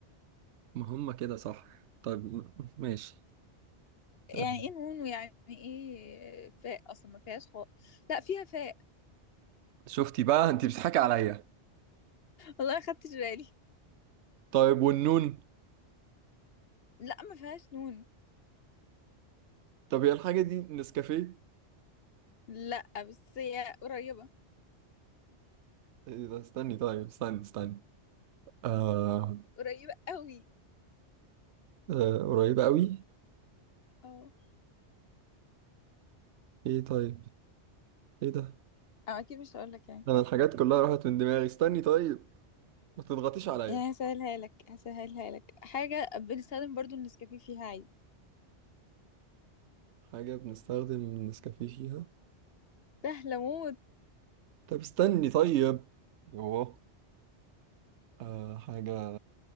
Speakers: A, on the right; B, on the left.
A: ما هم كده صح طيب م- ماشي
B: يعني
A: آه،
B: ايه نون ويعني ايه فاء اصلا ما فيهاش خالص لا فيها فاء
A: شفتي بقى انت بتضحكي عليا
B: والله ما خدتش بالي
A: طيب والنون
B: لا ما فيهاش نون
A: طب هي الحاجة دي نسكافيه
B: لا بس هي قريبة
A: ايه ده استني طيب استني استني آه,
B: قريبة قوي
A: آه قريبة قوي
B: اه
A: ايه طيب ايه ده
B: أو اكيد مش هقول لك يعني
A: انا الحاجات كلها راحت من دماغي استني طيب ما تضغطيش عليا
B: يعني هسهلها لك هسهلها لك حاجة بنستخدم برضو النسكافيه فيها عادي
A: حاجة بنستخدم النسكافيه فيها
B: سهلة موت
A: طب استني طيب اوه آه حاجة